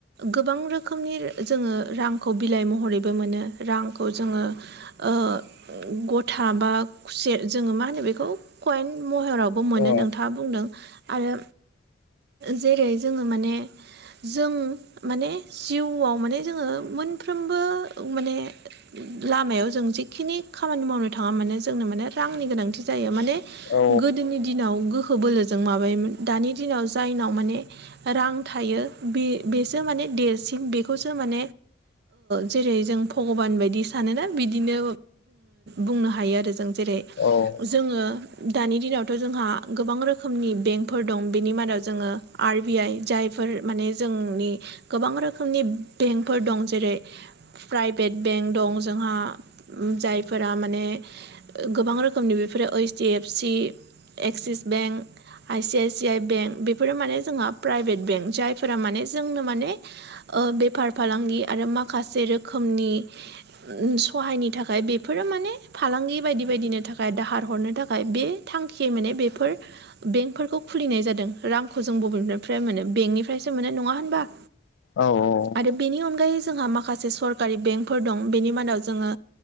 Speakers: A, on the right; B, on the left.
A: गोबां रोखोमनि जोङो रांखौ बिलाइ महरैबो मोनो रांखौ जोङो ओ गथा बा खुसे जोङो मा होनो बेखौ कयेन महराव मोनो
B: औ
A: नोंथाङा बुंदों आरो जेरै जोङो माने जों माने जिउआव माने जोङो मोनफ्रोमबो माने लामायाव जों जिखिनि खामानि मावनो थाङा माने जोंनो माने रांनि गोनांथि जायो माने
B: औ
A: गोदोनि दिनाव गोहो बोलोजों माबायोमोन दानि दिनाव जायनाव माने रां थायो बे बेसे मे देरसिन बेखौसो मान जेरै जों भगान बायदि सानोना बिदिनो बुंनो हायो आरो जों जेरै
B: औ
A: जोङो दानि दिनावथ' जोंहा गोबां रोखोमनि बेंकफोर दं बेनि मादाव जोङो आर बि आइ जायफोर माने जोंनि गोबां रोखोमनि बेंकफोर दं जेरै प्राइभेट बेंक दं जोंहा जायफोरा माने गोबां रोखोमनि बेफोरो ओइस D F C Axis bank IC I C I bank बेफोरो माने जोंहा प्राइभेट बेंक जायफोरा माने जोंनो माने बेफार फालांगि आरो माखासे रोखोमनि सहायनि थाखाय बेफोरो माने फालांगि बायदि बायदिनो थाखाय दाहार हरनो थाखाय बे थांखियै माने बेफोर बेंकफोरखौ खुलिनाय जादों रांखौ जों बबेनिफ्राय मोनो बेंकनिफ्रायसो मोनो नङा होनबा
B: औ औ
A: आरो बेनि अनगायै जोंहा माखासे सरकारि बेंकफोर दं बेनि मादाव जोङो